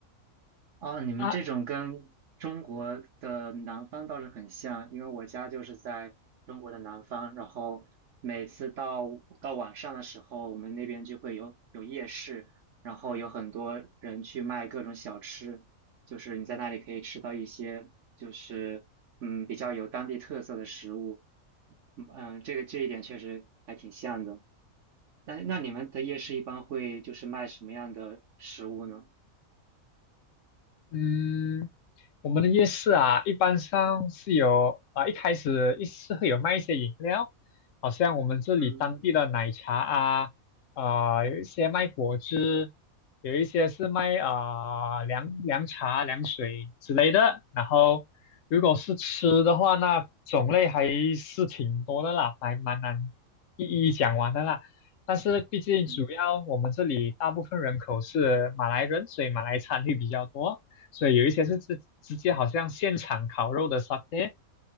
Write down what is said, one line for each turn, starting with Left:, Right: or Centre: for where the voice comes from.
Right: 哦，你们这种跟中国的南方倒是很像，
Left: 啊，
Right: 因为我家就是在中国的南方，然后每次到到晚上的时候，我们那边就会有有夜市，然后有很多人去卖各种小吃，就是你在那里可以吃到一些就是嗯比较有当地特色的食物，嗯，嗯这个这一点确实还挺像的。那那你们的夜市一般会就是卖什么样的食物呢？
Left: 嗯。我们的夜市啊，一般上是有啊、一开始一是会有卖一些饮料，好像我们这里当地的奶茶啊，
Right: 嗯
Left: 啊有一些卖果汁，有一些是卖啊、呃凉凉茶、凉水之类的。然后如果是吃的话，那种类还是挺多的啦，还蛮难一一讲完的啦。但是毕竟主要我们这里大部分人口是马来人，
Right: 嗯
Left: 所以马来餐会比较多。所以有一些是直直接好像现场烤肉的 satay，